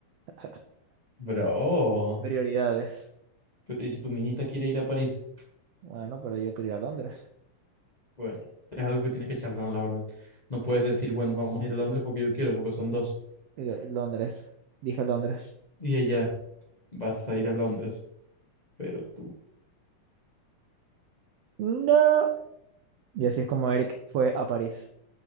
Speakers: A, on the right (about 80°); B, on the left (about 25°).
A: <laughs>
B: Bro,
A: Prioridades.
B: pero ¿y si tu minita quiere ir a París?
A: Bueno, pero yo quiero ir a Londres.
B: Bueno, es algo que tienes que charlar, la verdad. No puedes decir, bueno, vamos a ir a Londres porque yo quiero, porque son dos.
A: Eh, Londres. Dije Londres.
B: Y ella, vas a ir a Londres, pero tú.
A: No. Y así es como Eric fue a París.